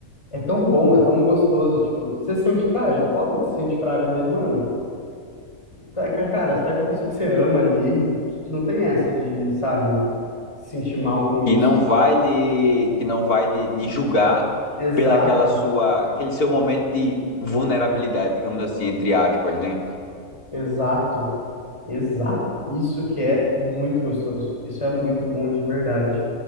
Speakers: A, on the left (about 20°); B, on the left (about 80°).
A: É tão bom, é tão gostoso, tipo, você se sente frágil? Óbvio que se sente frágil, mas, mano, tá, ca- cara, você tá com a pessoa que você ama ali, não tem essa de, sabe, se sentir mal com isso.
B: Que não vai lhe, que não vai lhe, lhe julgar
A: Exato,
B: pela aquela sua, aquele seu momento de vulnerabilidade, digamos assim, entre aspas, né?
A: exato. Exato. Isso que é muito gostoso. Isso é muito bom de verdade.